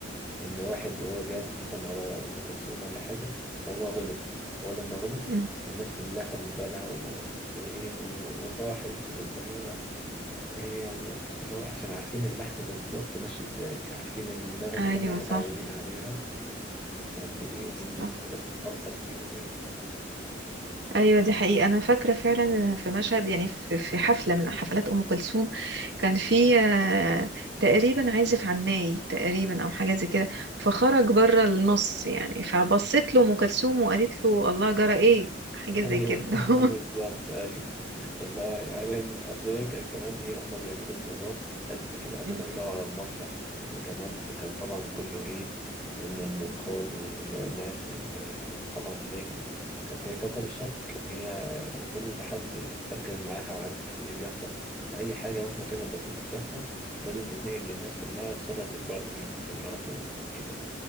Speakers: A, in the centre; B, on the right (about 65°).
A: إن واحد وهو بيعزف مثلا ورا أم كلثوم ولا حاجة فهو غلط هو لما غلط
B: مم.
A: الناس كلها خدت بالها و... وإيه و... وصاحت واللي هو إيه يعني اللي هو عشان عارفين اللحن بالظبط ماشي ازاي عارفين النغم
B: ايوه
A: اللي هم متعودين
B: صح
A: عليها قد ايه
B: صح
A: بت- بت- بتأثر فيهم يعني
B: ايوه دي حقيقة انا فاكرة فعلا في مشهد يعني في في حفلة من حفلات ام كلثوم كان في آه، تقريبا عازف عناي تقريبا او حاجة زي كده فخرج بره النص يعني فبصت له ام كلثوم وقالت له الله جرى ايه حاجة
A: ايوه
B: زي كده <laughs>
A: <laughs> بالظبط ايوه اللي هو يعني إن- اصل إيه كان كمان ايه هما بيعملوا بلوغات قد كده قبل
B: مم.
A: ما يطلعوا على المسرح وكمان كان طبعا كله ايه من النقاد والناس اللي اللي طبعا اللي هي كانت كانت هي كوكب الشرق كان هي كل اللي حد مركز معاها وعارف ايه اللي بيحصل فأي حاجة مهما كانت بسيطة بتحصل لازم تتنقل للناس كلها بسرعة البرق يعني عشان يعرفوا كده